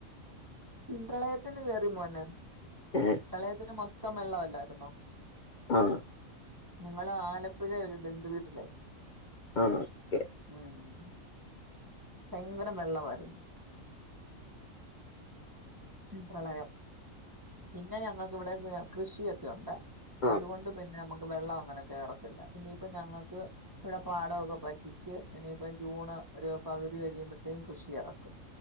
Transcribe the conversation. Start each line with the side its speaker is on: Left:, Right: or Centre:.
Right: പ്രളയത്തിന് കേറി മോനെ-
Left: ഏഹ്
Right: പ്രളയത്തിന് മൊത് ത്തം വെള്ള അല്ലാര്ന്നോ?
Left: ആ-
Right: ഞങ്ങള് ആലപ്പുഴ ഒരു ബന്ധു വീട്ടിലാ
Left: ആഹ് ഓക്കെ
Right: യി മ്- ഭയെങ്കരം വെള്ളവാര്ന്നു- പ്രളയം പിന്നെ ഞങ്ങക്ക് ഇവ്ടെ കൃ കൃഷി യൊക്കെ ഒണ്ടേ- അത്
Left: ആഹ്
Right: കൊണ്ട് പിന്നെ നമ്മ വെള്ളം അങ്ങനെ കേറത്തില്ല. ഇനീപ്പ ഞങ്ങക്ക് ഇവടെ പാടൊക്കെ പറ്റിച്ച് ഇനിയിപ്പം ജൂണ് ഒരു പകുതി കഴിയുമ്പഴ്ത്തേക്കും കൃഷി എറക്കും.